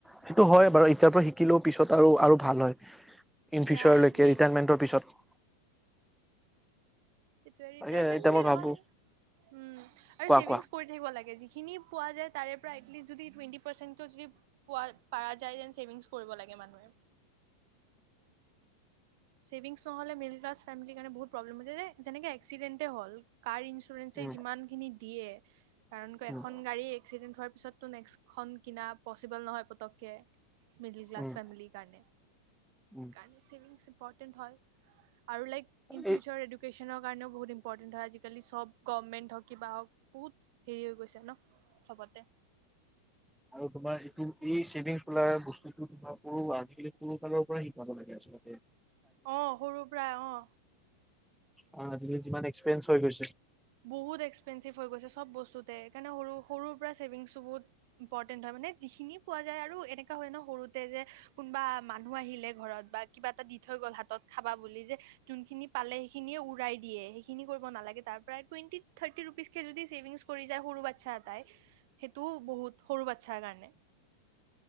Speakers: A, in the centre; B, on the right (about 50°).
A: সেইটো হয় বাৰু। ইতিয়াৰ পৰা শিকিলেও পিছত আৰু আৰু ভাল হয়। ইন ফিউচাৰলৈকে
B: ইয়া একজেক্টলি।
A: ৰিটায়াৰমেন্টৰ পিছত
B: সেইটোৱে, ৰিটায়াৰমেণ্ট
A: তাকে এতিয়া
B: বুলি
A: মই
B: নহয়।
A: ভাবো
B: উম,
A: কোৱা
B: ছেভিংছ
A: কোৱা
B: কৰি থাকিব লাগে, যিখিনি পোৱা যায়। তাৰে প্ৰাইদলি যদি টুৱেন্টি পাৰচেন্টত যদি পোৱা পাৰা যায় যেন, ছেভিংছ কৰিব লাগে মানুহে। ছেভিংছ নহ'লে মিডিল ক্লাছ ফেমিলিৰ কাৰণে বহুত প্ৰব্লেম হৈ যায়। যেনেকে এক্সিডেণ্টে হ'ল কাৰ ইন ইঞ্চুৰেঞ্চে
A: উম
B: যিমানখিনি দিয়ে। কাৰণ, ক
A: উম
B: এখন গাড়ী এক্সিডেণ্ট হোৱাৰ পিছতটো নেক্সট খন কিনা পচিবল নহয় পতককে। মিডল ক্লাছ
A: উম
B: ফেমিলি কাৰণে।
A: উম
B: <unintelligible> ইম্পৰ্টেণ্ট হয় আৰু লাইক ইন ফিউচাৰ
A: এই
B: এডু এডুকেশ্বনৰ কাৰণেও বহুত ইম্পৰ্টেণ্ট হয়। আজিকালি গভমেণ্ট হওঁক, কিবা হওঁক। হেৰি হৈ গৈছে ন' চবতে?
A: আৰু তোমাৰ এইটো এই চেভিংছ বোলা বস্তুটো তোমাৰ সৰু আজিকালি সৰু কালৰ পৰা শিকাব লাগে আচলতে।
B: অহ, সৰুৰ পৰা, অহ।
A: অ আজি কালি যিমান এক্সপেৰিয়ঞ্চ হৈ গৈছে
B: বহুত এক্সপেঞ্চিভ হৈ গৈছে সব বস্তুতে সেইকাৰণে সৰু সৰুৰ পৰা ছেভিংছো বহুত ইম্পৰ্টেন্ট হয় মানে, যিখিনি পোৱা যায় আৰু এনেকা হয় ন সৰুতে যে কোনবা মানুহ আহিলে ঘৰত বা কিবা এটা দি থৈ গ'ল হাতত খাবা বুলি যে যোনখিনি পালে সেইখিনিয়ে উৰাই দিয়ে, সেইখিনি কৰিব নালাগে তাৰ পৰা টুৱেন্টি থাৰ্টি ৰুপিচ কে যদি ছেভিংছ কৰি যায়, সৰু বাচ্ছা এটাই সেইটোও বহুত সৰু বাচ্ছাৰ কাৰণে।